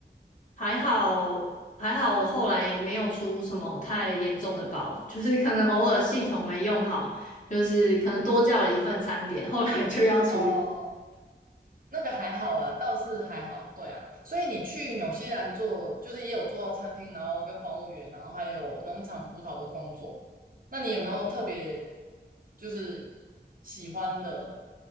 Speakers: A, on the left; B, on the right.
A: 还好，还好我后来没有出什么太严重的包，就是可能偶尔系统没用好，就是可能多叫了一份餐点，后来就要处理。
B: 哦。那个还好啦，倒是还好。对啊，所以你去纽西兰做，就是也有做到餐厅，然后跟房务员，然后还有农场葡萄的工作。那你有没有特别就是喜欢的